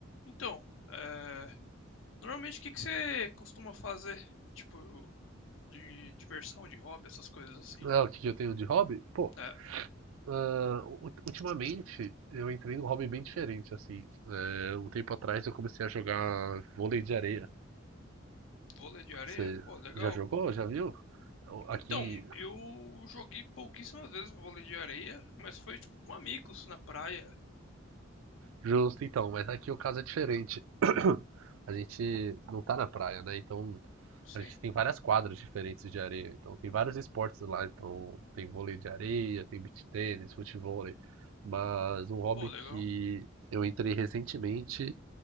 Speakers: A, on the left (about 75°); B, on the right (about 85°).
A: Então, é, normalmente o que que você costuma fazer? Tipo, de diversão, de hobby, essas coisas assim.
B: É, o que eu tenho de hobby? Pô,
A: É,
B: ah, u- ultimamente eu entrei num hobby bem diferente, assim. É, um tempo atrás eu comecei a jogar vôlei de areia.
A: vôlei de areia,
B: Você
A: pô, legal.
B: já jogou? Já viu? Então, Aqui,
A: Então, eu joguei pouquíssimas vezes vôlei de areia, mas foi tipo com amigos na praia.
B: justo então, mas aqui o caso é diferente. <clears throat> A gente não tá na praia, né? Então
A: Sim,
B: a gente tem várias quadras diferentes de areia. Então tem vários esportes lá. Então tem vôlei de areia, tem beach tênis, futevôlei. Mas um hobby
A: pô, legal.
B: que eu entrei recentemente.